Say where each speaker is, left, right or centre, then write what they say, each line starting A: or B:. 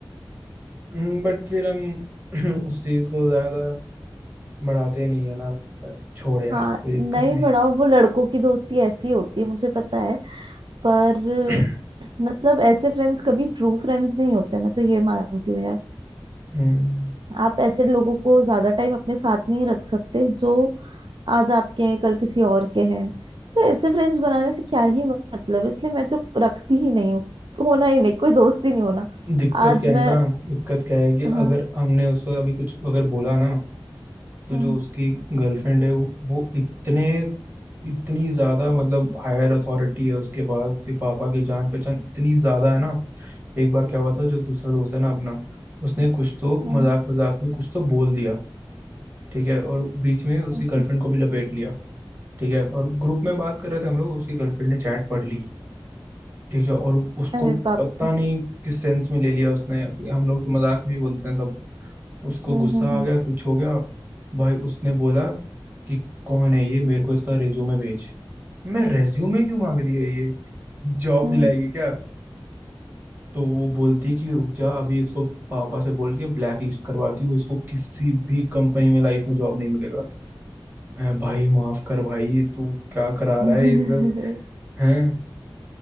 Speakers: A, on the right; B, on the right.
A: हम्म, बट फिर हम <clears throat> उस चीज को ज्यादा बढ़ाते नहीं है ना छोड़ यार
B: हाँ
A: कोई दिक्कत
B: नहीं
A: नहीं
B: बढ़ाओ वो लड़कों की दोस्ती ऐसी होती है मुझे पता है पर
A: <clears throat>
B: मतलब ऐसे फ्रेंड्स कभी ट्रू फ्रेंड्स नहीं होते मैं तो ये मानती हूँ
A: हम्म
B: आप ऐसे लोगों को ज्यादा टाइम अपने साथ नहीं रख सकते जो आज आपके हैं कल किसी और के हैं तो ऐसे फ्रेंड्स बनाने से क्या ही मतलब इसलिए मैं तो रखती ही नहीं हूँ होना ही नहीं कोई दोस्ती नहीं होना
A: दिक्कत
B: आज
A: क्या है
B: मैं
A: ना दिक्कत क्या है कि अगर
B: हाँ
A: हमने उसको अभी कुछ अगर बोला ना तो
B: हम्म
A: जो उसकी गर्लफ्रेंड है वो, वो इतने इतनी ज्यादा मतलब हायर अथॉरिटी है उसके पास उसके पापा की जान पहचान इतनी ज्यादा है ना एक बार क्या हुआ था जो दूसरा दोस्त है ना अपना उसने कुछ तो
B: हम्म हम्म,
A: मजाक मजाक में कुछ तो बोल दिया ठीक है और बीच में उसकी
B: हम्म,
A: गर्लफ्रेंड
B: हम्म।
A: को भी लपेट लिया ठीक है और ग्रुप में बात कर रहे थे हम लोग उसकी गर्लफ्रेंड ने चैट पढ़ ली ठीक है और उसको
B: अरे बाप
A: पता
B: रे
A: नहीं किस सेंस में ले लिया उसने हम लोग तो मजाक में ही बोलते हैं सब उसको
B: हम्म
A: गुस्सा
B: हम्म
A: आ गया कुछ हो गया भाई उसने बोला कि कौन है ये मेरे को इसका रेज्यूमे भेज मैं रेज्यूमे क्यों मांग रही है ये जॉब
B: हम्म
A: दिलाएगी क्या तो वो बोलती है कि रुक जा अभी इसको पापा से बोल के ब्लैक लिस्ट करवाती हूँ इसको किसी भी कंपनी में लाइफ में जॉब नहीं मिलेगा हैं भाई माफ कर भाई तू क्या करा रहा
B: हम्म।
A: है ये सब हैं